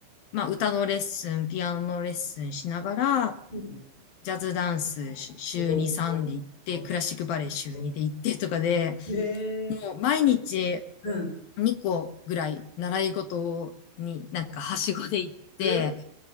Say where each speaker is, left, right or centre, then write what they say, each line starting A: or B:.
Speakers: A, on the left (about 65°); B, on the left (about 45°).
A: まあ歌のレッスン、ピアノのレッスンしながら、
B: うん。
A: ジャズダンスし週2、
B: おーお
A: 3で行って、
B: ー
A: クラシックバレエ週2で行ってとかで、
B: おーえー。
A: もう毎日
B: うん。
A: 2個ぐらい習い事になんかはしごで行って、
B: う、